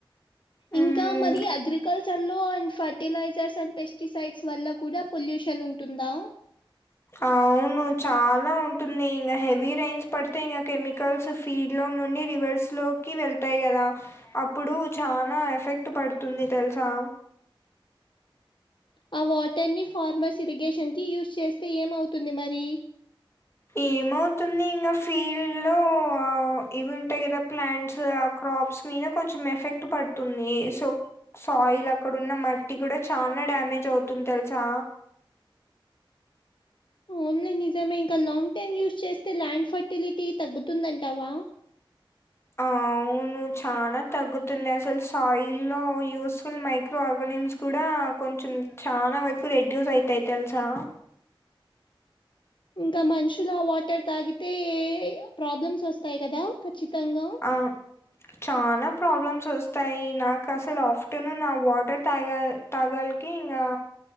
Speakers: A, on the left (about 65°); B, on the left (about 30°).
A: ఇంకా
B: ఉమ్
A: మరి అగ్రికల్చర్ లో అండ్ ఫ. ఫర్టిలైజర్స్ అండ్ పెస్టిసైడ్స్ వల్ల కూడా పొల్యూషన్ ఉంటుందా.
B: అవును చాలా ఉంటుంది ఇంకా హెవీ రేంజ్. పడితే ఇంకా కెమికల్స్ ఫీడ్ లో నుండి రివర్స్ లోకి వెళ్. ఎలా అప్పుడు చాలా ఎఫెక్ట్ పడుతుంది తెలుసా.
A: ఆ వాటర్ ని ఫార్మర్స్ ఇరిగేషన్ కి యూజ్ చేస్తే ఏమవుతుంది మరి.
B: ఏమవుతుంది ఇంకా ఫీల్డ్ లో ఇవి ఉంటాయి కదా ప్లాంట్స్ ఆ క్రాప్స్. మీద కొంచెం ఎఫెక్ట్ పడుతుంది సో. సాయిల్ అక్కడ ఉన్న మట్టి కూడా చానా డ్యామేజ్ అవుతుంది తెలుసా.
A: ఓన్లీ నిజమే ఇంకా లాంగ్ టైమ్ యూస్ చేస్తే ల్యాండ్ ఫర్టిలిటీ తగ్గుతుందంటావా.
B: అవును చానా తగ్గుతున్నాయి అసలు సాయిల్ లో యూస్ఫుల్ మై. ఆర్గనిమ్స్ కూడా కొంచం చాలా వైపు రెడ్యూస్ అయితాయి తెలుసా.
A: ఇంకా మనుషుల వాటర్ తాగితే ప్రాబ్లమ్స్ వస్తాయి కదా ఖచ్చితంగా.
B: ఆ. చాలా ప్రాబ్లమ్స్ వస్తాయి నాకు అసలు ఆఫ్టర్నూన్ నా వాటర్ తాగల్. తగాల్ కి ఇంగా.